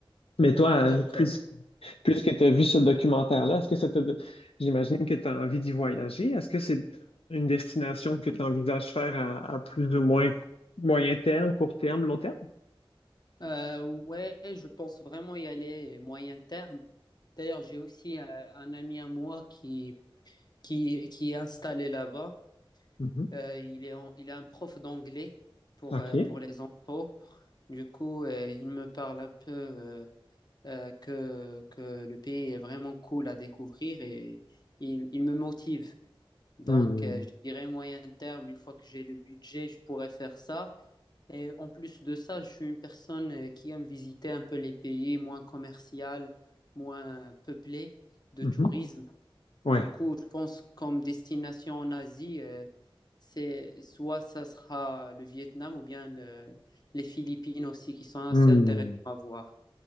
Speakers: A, on the left (about 80°); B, on the left (about 45°).
A: Mais toi,
B: D'accord.
A: euh, plus, Puisque tu as vu ce documentaire-là, est-ce que ça te... J'imagine que tu as envie d'y voyager. Est-ce que c'est une destination que tu envisages faire à, à plus ou moins moyen terme, court terme, long terme?
B: Euh, ouais, je pense vraiment y aller moyen terme. D'ailleurs, j'ai aussi euh, un ami à moi qui, qui, qui est installé là-bas.
A: Mhm.
B: Euh, il est, en- il est un prof d'anglais pour,
A: OK.
B: euh, pour les enfants. Du coup, euh, il me parle un peu euh, euh, que, que le pays est vraiment cool à découvrir et il, il me motive. Donc,
A: Hmm.
B: euh, je dirais moyen terme, une fois que j'ai le budget, je pourrais faire ça. Et en plus de ça, je suis une personne euh, qui aime visiter un peu les pays moins commerciaux, moins peuplés de
A: Mhm.
B: tourisme.
A: Ouais.
B: Du coup, je pense comme destination en Asie, euh, c'est soit ça sera le Vietnam ou bien euh, les Philippines aussi, qui sont assez
A: Hmm.
B: intéressants à voir.